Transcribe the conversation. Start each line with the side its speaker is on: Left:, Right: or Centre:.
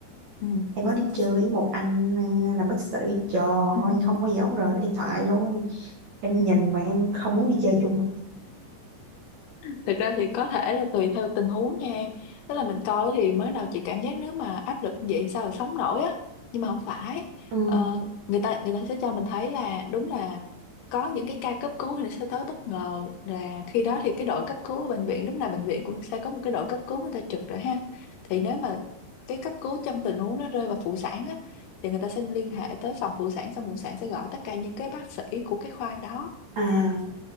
Left: ừ
Right: em có đi chơi với một anh à, làm bác sĩ trời
Left: ừ
Right: ơi
Left: ừ,
Right: không bao giờ ông rời cái điện thoại luôn em
Left: ừ.
Right: nhìn mà em không muốn đi chơi chung
Left: Thực ra thì có thể là tùy theo tình huống nha em. Tức là mình coi thì mới đầu chị cảm giác nếu mà áp lực như vậy sao mà sống nổi á. Nhưng mà không phải.
Right: ừ.
Left: Ờ, người ta người ta sẽ cho mình thấy là đúng là có những cái ca cấp cứu thì nó sẽ tới bất ngờ là khi đó thì cái đội cấp cứu ở bệnh viện lúc nào bệnh viện cũng sẽ có một cái đội cấp cứu người ta trực rồi ha. Thì nếu mà cái cấp cứu trong tình huống nó rơi vào phụ sản á thì người ta sẽ liên hệ tới phòng phụ sản xong phụ sản sẽ gọi tất cả những cái bác sĩ của cái khoa đó
Right: à